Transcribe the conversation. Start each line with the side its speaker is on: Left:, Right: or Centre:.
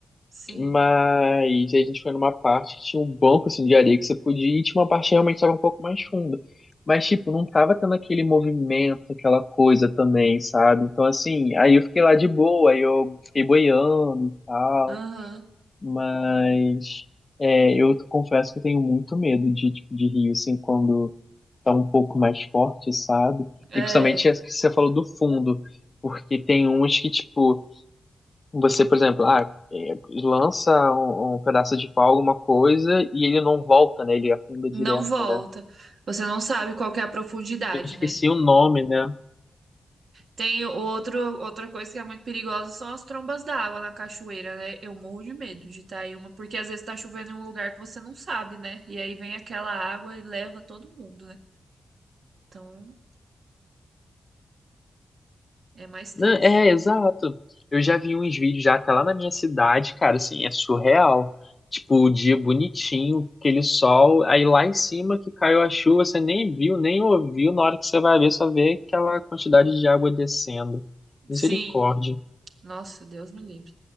Right: sim.
Left: Mas aí a gente foi numa parte que tinha um banco, assim, de areia que você podia ir, e tinha uma parte que realmente tava um pouco mais funda. Mas, tipo, não tava tendo aquele movimento, aquela coisa também, sabe? Então, assim, aí eu fiquei lá de boa, aí eu fiquei boiando e tal.
Right: Aham.
Left: Mas é, eu confesso que eu tenho muito medo de, tipo, de rio, assim, quando tá um pouco mais forte, sabe?
Right: É,
Left: E principalmente as que você falou do fundo, porque tem uns que, tipo, você, por exemplo, ah, é, lança um, um pedaço de pau, alguma coisa, e ele não volta, né? Ele afunda direto,
Right: não volta.
Left: né?
Right: Você não sabe qual que é a profundidade,
Left: Eu esqueci
Right: né?
Left: o nome, né?
Right: Tem outro, outra coisa que é muito perigosa são as trombas d'água na cachoeira, né? Eu morro de medo de estar em uma, porque às vezes tá chovendo em um lugar que você não sabe, né? E aí vem aquela água e leva todo mundo, né? Então é mais tenso.
Left: Não, é, exato. Eu já vi uns vídeos já até lá na minha cidade, cara, assim, é surreal. Tipo, o dia bonitinho, aquele sol, aí lá em cima que caiu a chuva, você nem viu, nem ouviu, na hora que você vai ver, só vê aquela quantidade de água descendo. Misericórdia.
Right: Sim, nossa, Deus me livre.